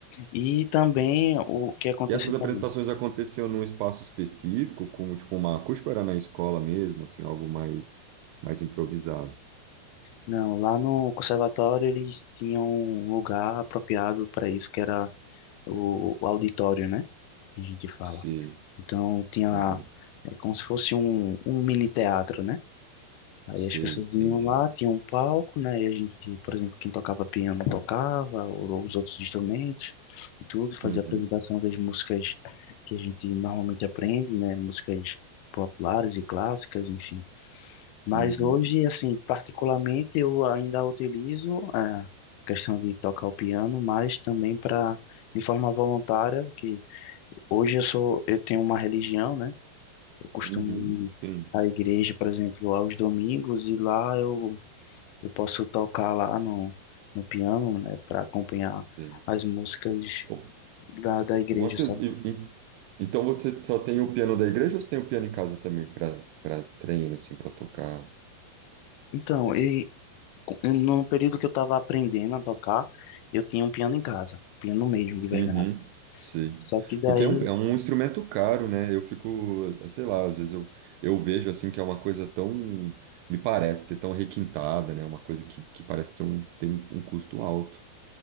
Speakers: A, on the left; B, on the right.
A: E também o que aconteceu
B: E essas apresentações
A: também.
B: aconteciam num espaço específico, como tipo uma acústica, ou era na escola mesmo, assim, algo mais mais improvisado.
A: Não, lá no conservatório eles tinham um lugar apropriado para isso, que era o, o auditório, né? Que a gente fala.
B: Sim,
A: Então, tinha lá,
B: uhum,
A: é como se fosse um, um mini teatro, né? Aí
B: sim,
A: as pessoas
B: entendi.
A: iam lá, tinha um palco, né? E a gente, por exemplo, quem tocava piano tocava, ou, ou os outros instrumentos, e tudo, fazia
B: Uhum,
A: a apresentação das músicas que a gente normalmente aprende, né? Músicas populares e clássicas, enfim. Mas
B: uhum,
A: hoje, assim, particularmente, eu ainda utilizo é, a questão de tocar o piano, mas também para, de forma voluntária, porque hoje eu sou, eu tenho uma religião, né? Eu costumo
B: uhum,
A: ir
B: sim,
A: à igreja, por exemplo, aos domingos, e lá eu eu posso tocar lá no, no piano, né, para acompanhar
B: sim.
A: as músicas
B: Ô,
A: da, da igreja,
B: ô, Matheus,
A: sabe?
B: e- e- então você só tem o piano da igreja ou você tem o piano em casa também para para treino, assim, para tocar?
A: Então, e co- no período que eu estava aprendendo a tocar, eu tinha um piano em casa, piano mesmo, de verdade.
B: Uhum, sim.
A: Só que daí
B: Porque é um, é um instrumento caro, né? Eu fico, eh, sei lá, às vezes eu, eu vejo assim que é uma coisa tão, me parece ser tão requintada, né? Uma coisa que, que parece ser um, tem um, um custo alto.